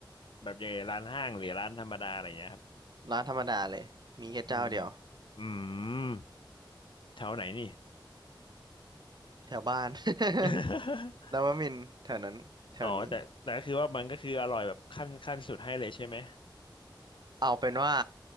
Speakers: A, on the left; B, on the right.
A: แบบยังไงร้านห้างหรือร้านธรรมดาอะไรอย่างเงี้ยครับ
B: ๆร้านธรรมดาเลยมีแค่เจ้าเดียว
A: อืมอืมแถวไหนนี่
B: แถวบ้าน <laughs>
A: <laughs>
B: แล้วว่ามินทร์แถวนั้นแถวนี้
A: อ๋อแต่แต่ก็คือว่ามันก็คืออร่อยแบบขั้นขั้นสุดให้เลยใช่ไหม
B: เอาเป็นว่า